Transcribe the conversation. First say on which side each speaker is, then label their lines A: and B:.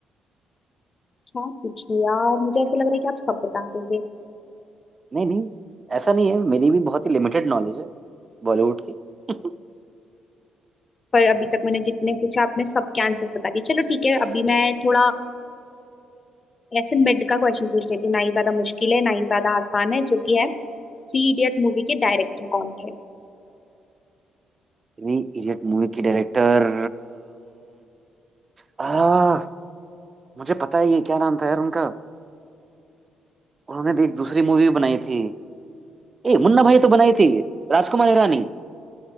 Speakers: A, on the left; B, on the right.
A: क्या पूछूं यार मुझे ऐसा लग रहा है कि आप सब बता दोगे
B: नहीं नहीं ऐसा नहीं है मेरी भी बहुत ही लिमिटेड नॉलेज है बॉलीवुड की <laughs>
A: पर अभी तक मैंने जितने पूछा आपने सबके आंसर्स बता दिए चलो ठीक है अभी मैं थोड़ा ऐसे मिड का क्वेश्चन पूछ लेती हूँ ना ही ज्यादा मुश्किल है ना ही ज्यादा आसान है जो कि है थ्री इडियट मूवी के डायरेक्टर कौन थे
B: थ्री इडियट मूवी की डायरेक्टर आ, मुझे पता है ये क्या नाम था यार उनका उन्होंने भी एक दूसरी मूवी बनाई थी ए मुन्ना भाई तो बनाई थी राजकुमार हिरानी